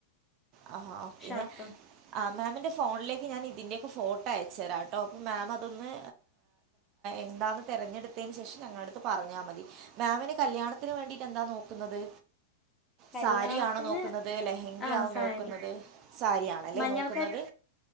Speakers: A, on the right; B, on the left.
A: ആ ഓക്കെ
B: ഷർട്ടും
A: ആ മാമ്മിന് ഫോണിലേക്ക് ഞാനിതിന്റെയൊക്കെ ഫോട്ടോ അയച്ച് തരാം ട്ടോ. അപ്പൊ മാം അതൊന്ന് എന്താന്ന് തെരഞ്ഞെടുത്തേന് ശേഷം ഞങ്ങളെടുത്ത് പറഞ്ഞാ മതി. മാമ്മിന് കല്യാണത്തിന് വേണ്ടിട്ട് എന്താ നോക്കുന്നത്?
B: കല്യാണത്തിന്
A: സാരിയാണോ നോക്കുന്നത്, ലെഹങ്കയാവോ
B: ആഹ് സാരി
A: നോക്കുന്നത്? സാരിയാണല്ലേ
B: മഞ്ഞൾ
A: നോക്കുന്നത്